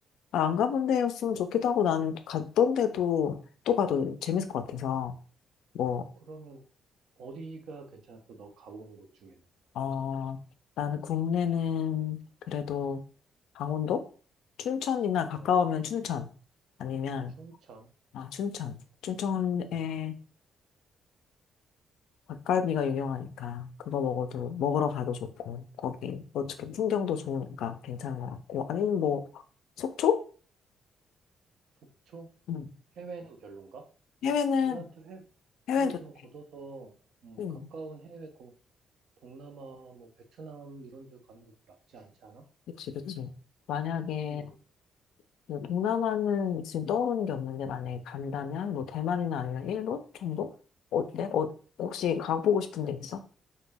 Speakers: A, on the left; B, on the right.
A: 아, 안 가본 데였으면 좋기도 하고 나는 갔던 데도 또 가도 재밌을 것 같아서 뭐
B: 그러면 어디가 괜찮았어? 너 가본 곳 중에는?
A: 어, 나는 국내는 그래도 강원도? 춘천이나
B: 강원도?
A: 가까우면 춘천 아니면
B: 춘천?
A: 아 춘천 춘천에
B: 음,
A: 닭갈비가 유명하니까 그거 먹어도 먹으러 가도 좋고 거기 어떻게 풍경도 좋으니까 괜찮은 것 같고 아니면 뭐 속초?
B: 속초?
A: 응.
B: 해외는 별론가?
A: 해외는
B: 애들한테 회,
A: 해외는
B: 회비
A: 좋대.
B: 좀 걷어서 음,
A: 응.
B: 가까운 해외 고 동남아, 뭐 베트남 이런 데 가는 것도 나쁘지 않지 않아?
A: 그치 그치. 만약에
B: 응.
A: 그 동남아는 지금 떠오르는 게 없는데 만약에 간다면 뭐 대만이나 아니면 일본 정도? 어때? 어, 혹시 가보고 싶은 데 있어?